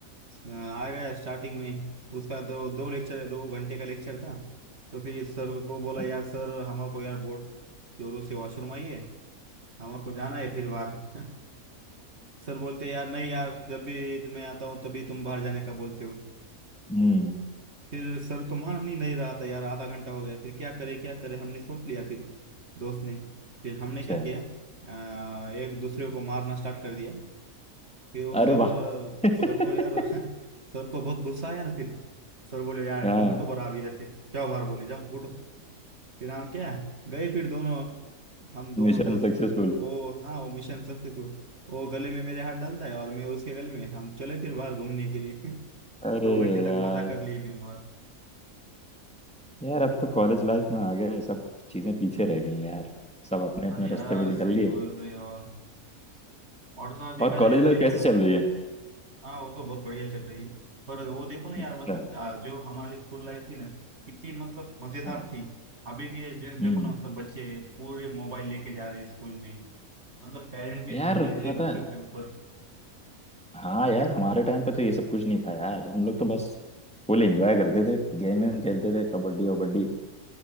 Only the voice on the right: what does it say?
आ गया स्टार्टिंग में उसका दो दो लेक्चर दो घंटे का लेक्चर था तो फिर सर को बोला
यार सर हमारे को यार बहुत जोरों से वॉशरूम आई है हमारे को जाना है फिर बाहर <laughs> सर बोलते यार नहीं यार जब भी तुम्हें आता हूँ तभी तुम बाहर जाने का बोलते हो
फिर सर तो मान ही नहीं रहा था यार आधा घंटा हो गया फिर क्या करे क्या करे हमने सोच लिया फिर दोस्त ने फिर हमने
क्या किया आ, एक दूसरे को मारना स्टार्ट कर दिया फिर वो सर
सर को यार <laughs> सर को बहुत गुस्सा आया ना फिर सर बोले यार
तुम उठो बरा अभी इधर से जाओ बाहर बोले जाओ उठो फिर हम क्या गए फिर दोनों हम दोनों
दोस्त
ओ हाँ वो मिशन सक्सेसफुल वो गले में मेरे हाथ डालता है और मैं उसके गले में हम चले फिर बाहर घूमने के लिए <laughs>
दो घंटे तक
मजा कर लिए फिर बाहर
हाँ यार
सही
बोल रहे हो और और तो और देखा
जाए तो
देखो
ना
हाँ वो तो बहुत बढ़िया चल रही है पर वो देखो ना यार
मतलब आ, जो हमारी स्कूल लाइफ थी ना कितनी मतलब मजेदार
थी अभी के जो
देखो ना मतलब बच्चे पूरे मोबाइल लेके जा रहे हैं स्कूल में मतलब पेरेंट्स भी
ध्यान नहीं दे रहे
बच्चों
के ऊपर